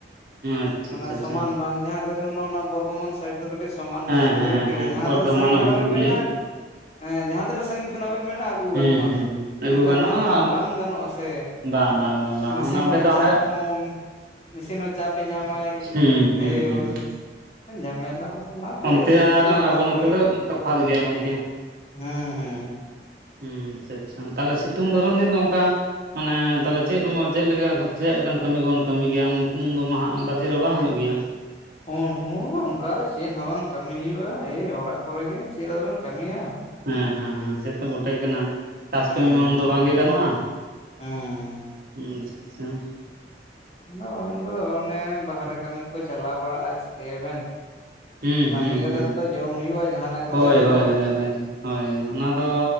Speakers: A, on the right; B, on the left.
A: ᱟᱪᱪᱷᱟ
B: ᱢᱟᱱᱮ
A: ᱟᱪᱪᱷᱟ ᱟᱪᱪᱷᱟ
B: ᱥᱚᱢᱟᱱ ᱵᱟᱝ ᱡᱟᱦᱟᱸ ᱠᱚ ᱡᱮᱢᱚᱱ ᱵᱚᱨᱫᱷᱚᱢᱟᱱ ᱥᱟᱭᱤᱰ ᱫᱚ ᱠᱟᱹᱴᱤᱡ ᱥᱚᱢᱟᱱ
A: ᱦᱮᱸ
B: ᱜᱮ ᱛᱟᱠᱚᱛᱮ ᱜᱮ
A: ᱦᱮᱸ
B: ᱴᱷᱤᱠ
A: ᱦᱮᱸ
B: ᱜᱮᱭᱟ ᱡᱟᱦᱟᱸ
A: ᱵᱚᱨᱫᱷᱚᱢᱟᱱ
B: ᱛᱤᱱᱟᱹᱜ ᱥᱟᱺᱜᱤᱧ ᱠᱷᱚᱱᱟᱜ
A: ᱦᱩᱞᱜᱩᱞᱤ
B: ᱵᱮᱱ ᱢᱮᱱᱟ ᱦᱮᱸ ᱡᱟᱦᱟᱸ ᱛᱤᱱᱟᱹᱜ ᱥᱟᱺᱜᱤᱧ ᱠᱷᱚᱱᱟᱜ ᱵᱮᱱ ᱢᱮᱟ ᱟᱹᱜᱩ
A: ᱦᱩᱸ
B: ᱜᱟᱱᱚᱜᱼᱟ,
A: ᱦᱩᱸ ᱦᱩᱸ ᱟᱹᱜᱩ
B: ᱱᱮᱛᱟᱨ
A: ᱜᱟᱱᱚᱜᱼᱟ
B: ᱱᱚᱣᱚ ᱠᱚᱨᱮ ᱢᱟ
A: ᱟᱢ
B: ᱵᱟᱝ ᱜᱟᱱᱚᱜᱼᱟ ᱥᱮ᱾
A: ᱵᱟᱝ ᱵᱟᱝ ᱵᱟᱝ ᱵᱟᱝ
B: ᱢᱮᱥᱤᱱ
A: ᱦᱩᱱᱟᱜ ᱚᱸᱰᱮ
B: ᱨᱮᱱᱟᱜ
A: ᱫᱚ
B: ᱪᱟᱯ
A: ᱟᱱᱮ
B: ᱦᱚᱸ ᱢᱤᱥᱤᱱ ᱦᱚᱸ ᱪᱟᱯᱮ ᱧᱟᱢᱟᱭ
A: ᱦᱩᱸ ᱦᱩᱸ
B: ᱮᱭᱳᱭ
A: ᱦᱩᱸ ᱦᱩᱸ
B: ᱡᱷᱟᱢᱮᱞᱟ ᱚᱱᱟᱛᱮ
A: ᱚᱱᱛᱮ ᱟᱨ
B: ᱩᱱᱟᱹᱜ
A: ᱟᱵᱚ
B: ᱵᱟᱠᱚ
A: ᱱᱚᱛᱮ ᱫᱚ ᱛᱚᱯᱷᱟᱛ ᱜᱮᱭᱟ ᱜᱚᱝᱠᱮ ᱾
B: ᱦᱮᱸ ᱦᱮᱸ
A: ᱦᱩᱸ ᱟᱪᱪᱷᱟ ᱟᱪᱪᱷᱟ ᱛᱟᱦᱚᱞᱮ ᱥᱤᱛᱩᱝ ᱫᱷᱚᱨᱚᱱ ᱫᱤᱱ ᱫᱚ ᱚᱱᱠᱟ ᱢᱟᱱᱮ ᱛᱟᱦᱚᱞᱮ ᱪᱮᱫ ᱩᱢᱚᱨ ᱪᱮᱫ ᱞᱮᱠᱟ ᱪᱮᱫ ᱞᱮᱠᱟᱱ ᱠᱟᱹᱢᱤ ᱠᱚᱵᱚᱱ ᱠᱟᱹᱢᱤ ᱜᱮᱭᱟ ᱩᱱᱠᱩ ᱫᱚ ᱢᱟ ᱦᱟᱜ ᱚᱱᱠᱟ ᱪᱮᱫᱦᱚᱸ ᱵᱟᱝ ᱦᱩᱭᱩᱜ ᱜᱮᱭᱟ᱾
B: ᱩᱱᱠᱩ ᱚᱱᱠᱟ ᱫᱚ ᱪᱮᱫ ᱦᱚᱸ ᱵᱟᱝ ᱠᱟᱹᱢᱤ ᱦᱩᱭᱩᱜᱼᱟ, ᱮᱭ ᱚᱲᱟᱜ ᱠᱚᱨᱮ ᱜᱮ ᱪᱮᱫ ᱟᱫᱚᱵᱮᱱ ᱠᱟᱹᱢᱤᱭᱟ᱾
A: ᱦᱮᱸ ᱦᱮᱸ ᱦᱮᱸ ᱥᱮᱛᱚ ᱵᱩᱴᱮ ᱠᱟᱱᱟ ᱪᱟᱥ
B: ᱦᱩᱸ
A: ᱠᱟᱹᱢᱤ ᱢᱟ ᱩᱱᱫᱚ ᱵᱟᱝᱜᱮ ᱜᱟᱱᱚᱜᱼᱟ,
B: ᱦᱩᱸ
A: ᱦᱩᱸ <unintelligible>
B: ᱟᱫᱚ ᱩᱱᱠᱩ ᱫᱚ ᱚᱱᱮ ᱵᱟᱦᱨᱮ ᱠᱟᱹᱢᱤ ᱠᱚᱠᱚ ᱪᱟᱞᱟᱣ ᱵᱟᱲᱟᱜᱼᱟ ᱪᱤᱠᱟᱹᱭᱟᱵᱱ
A: ᱦᱩᱸ
B: ᱠᱟᱹᱢᱤ ᱠᱟᱛᱮᱜ
A: ᱦᱩᱸ
B: ᱛᱚ ᱡᱚᱢ ᱦᱩᱭᱩᱜᱼᱟ ᱡᱟᱦᱟᱸ ᱠᱟᱛᱮ
A: ᱦᱳᱭ
B: ᱦᱮᱞᱳ᱾
A: <unintelligible> ᱦᱳᱭ ᱚᱱᱟ ᱫᱚ